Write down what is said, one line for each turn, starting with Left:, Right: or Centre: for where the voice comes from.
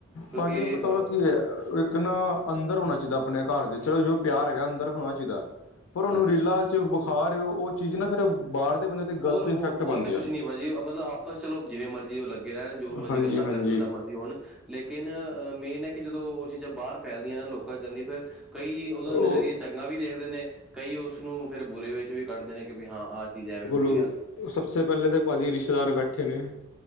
Centre: ਕਿਉਂਕਿ
Left: ਭਾਜੀ ਪਤਾ
Centre: ਅ,
Left: ਵ ਕੀ ਹੈ ਇੱਕ ਨਾ ਅੰਦਰ ਹੋਣਾ ਚਾਹੀਦਾ ਆਪਣੇ ਘਰ ਦੇ ਵਿੱਚ ਜੋ ਪਿਆਰ ਹੈਗਾ ਅੰਦਰ ਹੋਣਾ ਚਾਹੀਦਾ, ਪਰ ਉਹਨੂੰ
Centre: ਹਾਂਜੀ
Left: ਰੀਲਾ ਚ ਵਿਖਾ ਰਹੇ ਹੋ ਉਹ ਚੀਜ਼ ਨਾ ਫਿਰ ਬਾਹਰ ਦੇ ਬੰਦੇ ਤੇ ਗ਼ਲਤ
Centre: ਹੋਰ
Left: ਇਫੈਕਟ
Centre: ਹੋ
Left: ਪਾਉਂਦੀ
Centre: ਹੋਰ ਕੁਛ
Left: ਆ
Centre: ਨੀ ਭਾਜੀ ਮਤਲਬ ਆਪਸ ਚਲੋ ਜਿਵੇਂ ਮਰਜ਼ੀ ਉਹ ਲੱਗ ਰਹਿਣ ਜੋ ਵੀ ਮਰਜ਼ੀ
Left: ਹਾਂਜੀ
Centre: ਗੱਲਾਂ
Left: ਹਾਂਜੀ
Centre: ਕਰਨ ਜਿੱਦਾਂ ਮਰਜ਼ੀ ਹੋਣ ਲੇਕਿਨ ਅਹ ਮੇਨ ਹੈ ਕਿ ਜਦੋਂ ਉਹ ਚੀਜ਼ਾਂ ਬਾਹਰ ਫੈਲਦੀਆਂ ਨਾ ਲੋਕਾਂ ਜਾਂਦੀ ਫਿਰ ਕਈ ਉਦੋਂ
Left: ਉਹ
Centre: ਨਜ਼ਰੀਏ ਚੰਗਾ ਵੀ ਦੇਖਦੇ ਨੇ, ਕਈ ਉਸਨੂੰ ਫਿਰ ਬੁਰੇ ਵਿੱਚ ਵੀ ਕਰਦੇ ਨੇ ਕਿ ਵੀ ਹਾਂ ਆਹ ਚੀਜ਼ ਐਵੇਂ ਹੋ ਜਾ
Left: ਹੂੰ ਸਬਸੇ ਪਹਿਲੇ ਤਾਂ ਭਾਜੀ ਰਿਸ਼ਤੇਦਾਰ ਬੈਠੇ ਨੇ